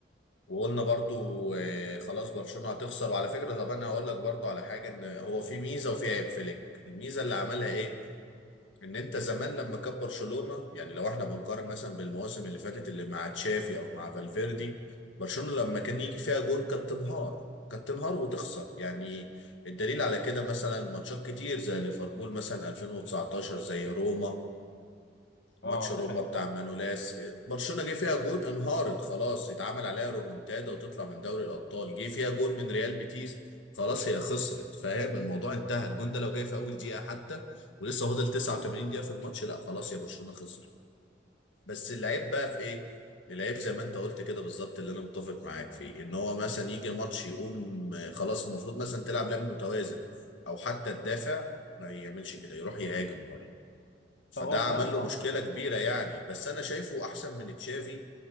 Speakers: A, on the left; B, on the left.
A: وقلنا برضو آه، خلاص برشلونة هتخسر وعلى فكرة طب انا هقول لك برضو على حاجة ان هو في ميزة وفي عيب فليك الميزة اللي عملها ايه ان انت زمان لما كان برشلونة يعني لو احنا بنقارن مثلا بالمواسم اللي فاتت اللي مع تشافي او مع فالفيردي برشلونة لما كان يجي فيها جون كانت تنهار كانت تنهار وتخسر يعني الدليل على كده مثلا ماتشات كتير زي ليفربول مثلا 2019 زي روما ماتش
B: اه
A: روما
B: دي حقيقه
A: بتاع
B: فعلا.
A: مانولاس برشلونة جه فيها جون انهارت خلاص يتعمل عليها رومونتادا وتطلع من دوري الأبطال جه فيها جون من ريال بيتيس خلاص هي خسرت فاهم الموضوع انتهى الجون ده لو جاي في أول دقيقة حتى ولسه فاضل 89 دقيقة في الماتش لا خلاص يا برشلونة خسرت بس العيب بقى في ايه العيب زي ما انت قلت كده بالظبط اللي انا متفق معاك فيه ان هو مثلا يجي ماتش يقوم آه، خلاص المفروض مثلا تلعب لعب متوازن او حتى تدافع ما يعملش كده يروح يهاجم برضه فده
B: فهو
A: عمل
B: فعلا
A: له
B: اه
A: مشكلة كبيرة يعني بس أنا شايفه أحسن من تشافي